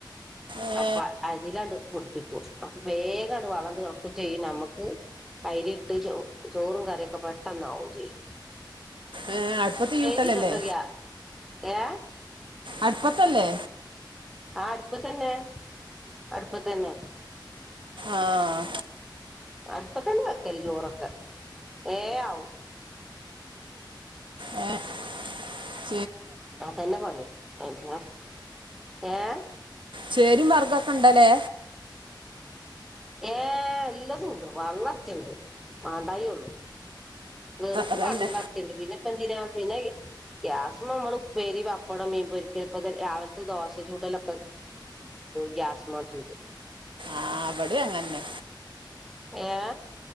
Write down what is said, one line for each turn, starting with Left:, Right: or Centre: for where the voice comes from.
Right: ഏ
Centre: സഫ അതിലാണ്ട് പുടിപ്പിക്കും അപ്പൊ വേഗ വളക്കും ചെയ്യും നമുക്ക് കൈരി ഇട്ട് ചോ ചോറും കറിയൊക്കെ പെട്ടെന്നാവും ചെയ്യും
Right: ഏ, അടുപ്പത്ത് ചൂട്ടലല്ലേ
Centre: രി തക്കക്ക ഏ
Right: അടുപ്പത്തല്ലേ
Centre: അടുപ്പ തന്നെ അടുപ്പ തന്നെ
Right: ആഹ
Centre: അടുപ്പ തന്നെ വെക്കല് ചോറൊക്കെ വേആവും
Right: ആഹ
Centre: അതന്നെ പണി എന്നാ ഏഹ്
Right: ശരി മർഗ്ഗൊക്കെ ഇണ്ടല്ലേ
Centre: ഏർ എല്ലതും ഉണ്ട് വെള്ളർച്ചുണ്ട് മണ്ടായി ഒന്ന് വേറക്ക്
Right: അതന്നെ
Centre: വെള്ള ഇറച യുണ്ട് പിന്നെ ഇപ്പ എന്തിനാ പിന്നെ ഗ്യാസും നമ്മൾ ഉപ്പേരി പപ്പടവും മീൻപൊരിക്കൽ ഒക്കെ രാവിലത്തെ ദോശ ചുടലൊക്കെ ഗ്യാസ് മജുര്
Right: ആഹ അവിടെയും അങ്ങനെ തന്നെ
Centre: ങേ